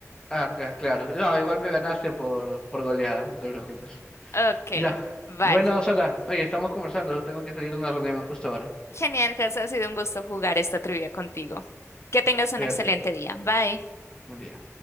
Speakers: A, on the left; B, on the left.
A: ah, ca- claro. No, igual me ganaste por, por goleada, no te preocupes.
B: Ok,
A: Ya.
B: vale.
A: Bueno, Sara, oye, estamos conversando. Tengo que salir a una reunión justo ahora.
B: Genial, Gus, ha sido un gusto jugar esta trivia contigo. Que tengas un
A: Cuídate.
B: excelente día. Bye.
A: Buen día.